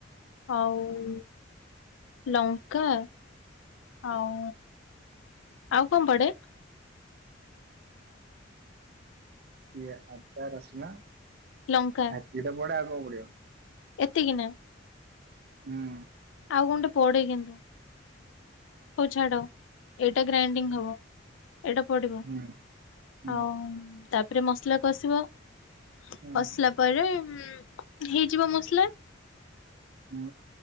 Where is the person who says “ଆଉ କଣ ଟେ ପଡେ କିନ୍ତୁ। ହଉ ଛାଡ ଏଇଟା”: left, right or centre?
Left